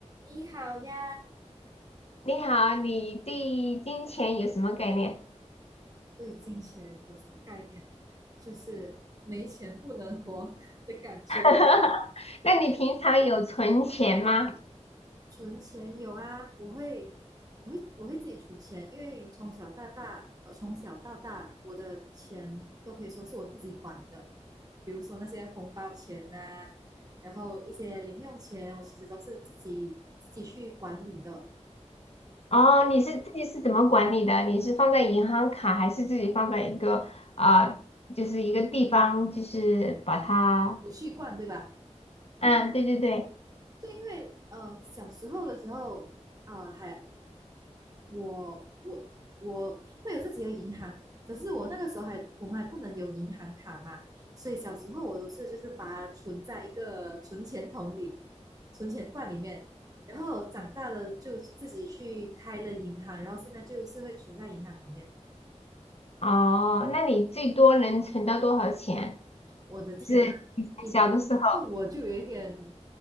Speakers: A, on the right (about 30°); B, on the left (about 60°).
A: 你好呀，
B: 你好，你对金钱有什么概念？
A: 对金钱有什么概念？就是没钱不能活 <laughs> 的感觉。
B: <laughs> 那你平常有存钱吗？
A: 存钱有啊，我会，我会，我会自己储钱，因为从小到大，呃，从小到大，我的钱都可以说是我自己管的，比如说那些红包钱呐、然后一些零用钱，我其实都是自己自己去管理的，
B: 哦，你是自己是怎么管理的？你是放在银行卡，还是自己放在一个啊、就是一个地方，就是把它……
A: 储蓄罐，对吧？
B: 嗯，对对对，
A: 就因为呃小时候的时候，呃还我我我会有自己的银行，可是我那个时候还我们还不能有银行卡嘛，所以小时候我都是就是把它存在一个存钱桶里、存钱罐里面，然后长大了就自己去开了银行，然后现在就是会存在银行里面。
B: 哦，那你最多能存到多少钱？
A: 我的天啊，
B: 就是以前小的时候
A: 你问我就有一点